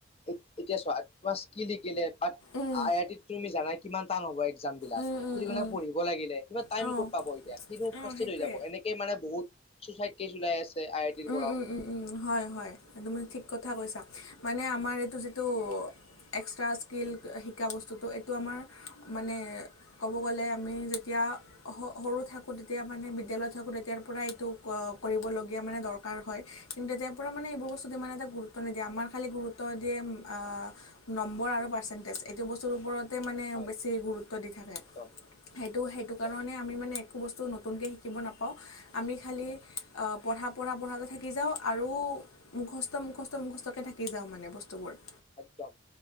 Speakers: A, on the left; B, on the left.
A: এত', -এতিয়া চোৱা আঠ মাস', কি শিকিলে বাট,
B: উম,
A: আই আই টিত তুমি জানাই', - কিমান টান হ'ব একজামবিলাক,
B: উম, উম,
A: সেইটো কাৰণে
B: উম,
A: পঢ়িব লাগিলে ইমান টাইম
B: অ',
A: ক'ত পাব এতিয়া', সেইটোৰ
B: অ',
A: ফ্ৰাষ্ট্ৰেটেড
B: সেইটোৱে।
A: হৈ যাব এনেকে মানে বহুত, চুচাইড কেছ ওলাই আছে', আই আই টিৰ
B: উম',
A: পৰাও
B: -উম', -উম', -উম', হয় - হয় তুমি ঠিক কথা কৈছা মানে আমাৰ এইটো যিটো', এক্সট্ৰা স্কিল শিকা বস্তুটো এইটো আমাৰ মানে। ক'ব গ'লে আমি যেতিয়া। সৰু থাকো তেতিয়া মানে বিদ্যালয়ত থাকো, তেতিয়াৰ পৰা এইটো কৰিবলগীয়া মানে। দৰকাৰ হয়। কিন্তু তেতিয়াৰ পৰা মানে এইবোৰ বস্তুত ইমান এটা গুৰুত্ব নিদিয়ে আমাৰ খালি গুৰুত্ব দিয়ে আহ। নম্বৰ আৰু পাৰ্চেণ্টেজ এইটো বস্তুৰ ওপৰতে মানে
A: হয়
B: বেছি গুৰুত্ব দি থাকে।
A: একদম
B: সেইটো- সেইটো
A: একদম
B: কাৰণে আমি মানে একো বস্তু নতুনকৈ শিকিব নাপাওঁ। আমি খালি পঢ়া। পঢ়া - বঢ়াতে থাকি যাওঁ আৰু মুখস্থ মুখস্থ মুখস্থকৈ থাকি যাওঁ মানে বস্তুবোৰ।
A: একদম।